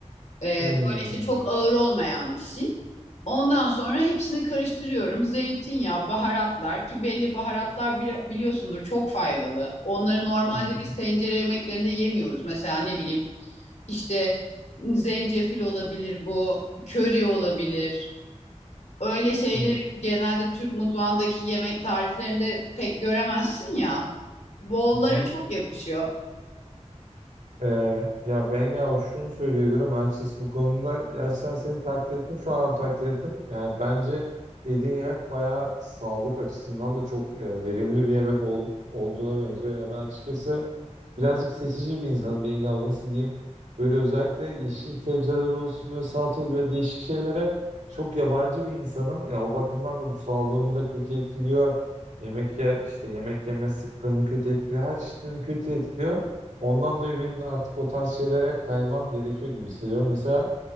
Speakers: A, on the left; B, on the right.
A: Ee,
B: Hmm.
A: böyle işte çok ağır olmayan bir şey. Ondan sonra hepsini karıştırıyorum. Zeytinyağı, baharatlar ki belli baharatlar bili- biliyorsundur çok faydalı. Onları normalde
B: Hı hı,
A: biz tencere yemeklerinde yemiyoruz. Mesela ne bileyim işte zencefil olabilir bu, köri olabilir. Öyle şeyleri
B: hı
A: genelde Türk mutfağındaki yemek tariflerinde pek göremezsin ya. Bollara
B: hı.
A: çok yakışıyor.
B: Ee, ya ben ya şunu söyleyebilirim açıkçası bu konuda gerçekten seni takdir ettim şu an takdir ettim. Yani bence yediğin yemek bayağı sağlık açısından da çok e, verimli bir yemek ol- olduğuna benziyor. Ya ben açıkçası Birazcık seçici bir insanım Bengi abla nasıl diyeyim. Böyle özellikle yeşil sebzeler olsun böyle salatalık böyle değişik şeylere çok yabancı bir insanım. Ya o bakımdan da bu sağlığımı da kötü etkiliyor. Yemek ye işte yemek yeme sıklığımı kötü etkiliyor. Her çeşitlerini kötü etkiliyor. Ondan dolayı benim de artık o tarz şeylere kaymam gerekiyor gibi hissediyorum. Mesela